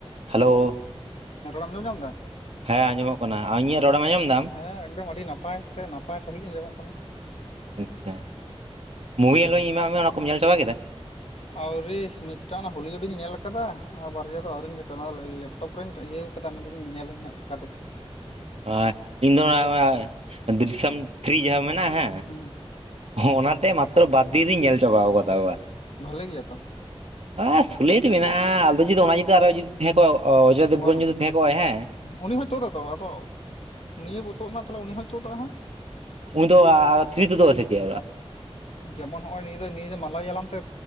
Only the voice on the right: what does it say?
Hello
ᱦᱮᱸ ᱟᱸᱡᱚᱢᱚᱜ ᱠᱟᱱᱟ ᱟ ᱤᱧᱟᱹᱜ ᱨᱚᱲᱮᱢ ᱟᱸᱡᱚᱢ ᱫᱟᱢ
ᱟᱪᱪᱷᱟ ᱢᱩᱵᱷᱤ <unintelligible> ᱧᱮᱞᱮᱱᱞᱚ ᱤᱧ ᱮᱢᱟᱜ ᱢᱮ ᱚᱱᱟ ᱠᱩᱢ ᱧᱮᱞ ᱪᱟᱵᱟ ᱠᱮᱫᱟ
ᱟᱸ ᱤᱧ ᱫᱚ <unintelligible> ᱫᱤᱨᱥᱟᱢ ᱛᱷᱨᱤ ᱡᱟᱦᱟᱸ ᱢᱮᱱᱟᱜᱼᱟ ᱦᱮᱸ
ᱚᱽᱱᱟᱛᱮ ᱢᱟᱛᱨᱚ ᱵᱟᱨ ᱫᱤᱱ ᱨᱤᱧ ᱧᱮᱞ ᱪᱟᱵᱟᱣ ᱟᱠᱟᱫᱟ <unintelligible>
ᱟ ᱥᱩᱞᱮᱴ ᱢᱮᱱᱟᱜ-ᱟ ᱟᱫᱚ ᱡᱩᱫᱤ ᱚᱱᱟ ᱡᱩᱫᱤ ᱟᱨᱚ ᱡᱩᱫᱤ ᱛᱟᱦᱮ ᱠᱚᱜ-ᱟ ᱚᱡᱚᱭᱫᱮᱵᱜᱚᱱ
ᱡᱩᱫᱤ ᱛᱟᱦᱮ ᱠᱚᱜ-ᱟ ᱦᱮᱸ
ᱩᱱ ᱫᱚ ᱟᱨ ᱛᱷᱨᱤ ᱛᱚᱫᱟᱜ ᱟᱥᱮ ᱪᱮᱫ ᱟᱨᱚ